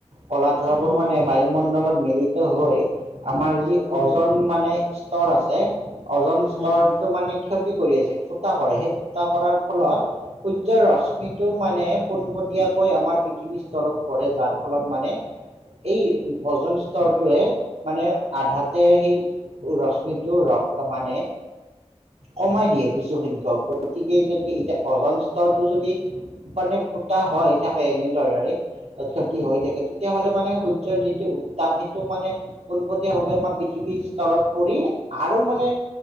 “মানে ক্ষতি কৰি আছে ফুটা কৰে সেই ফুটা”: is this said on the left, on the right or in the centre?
Right